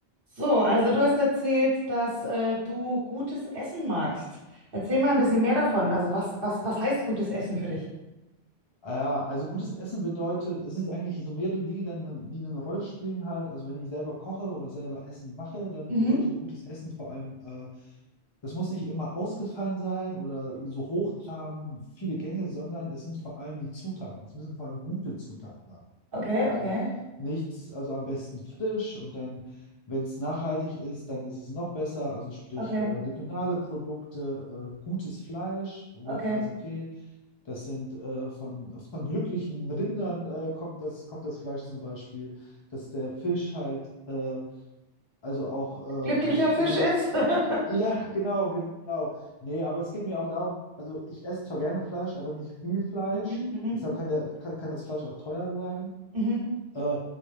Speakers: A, on the right; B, on the left.
A: So, also du hast erzählt, dass äh, du gutes Essen magst. Erzähl mal ein bisschen mehr davon. Also was, was, was heißt gutes Essen für dich?
B: Ah Ja, also gutes Essen bedeutet, es sind eigentlich so mehrere Dinge, die eine, die eine Rolle spielen halt. Also wenn ich selber koche oder selber Essen mache, dann
A: Mhm.
B: bedeutet gutes Essen vor allem, äh, das muss nicht immer ausgefallen sein oder so hochtrabend viele Gänge, sondern es sind vor allem die Zutaten. Es müssen vor allem gute Zutaten sein.
A: Okay,
B: ne? Also
A: okay,
B: nichts, also am besten frisch und dann, wenn es nachhaltig ist, dann ist es noch besser. Also sprich,
A: okay,
B: äh, regionale Produkte, äh, gutes Fleisch, wo
A: okay.
B: ich weiß, okay, das sind äh, von, von glücklichen Rindern äh, kommt das, kommt das Fleisch zum Beispiel, dass der Fisch halt äh, also auch
A: Glücklicher
B: äh,
A: Fisch
B: nicht.
A: ist.
B: <laughs>
A: <laughs>
B: Ja, genau, genau. Nee, aber es geht mir auch darum, also ich esse zwar gerne Fleisch, aber nicht viel Fleisch.
A: Mhm, mhm,
B: Deshalb kann, der, kann, kann das Fleisch auch teuer sein.
A: mhm.
B: Äh,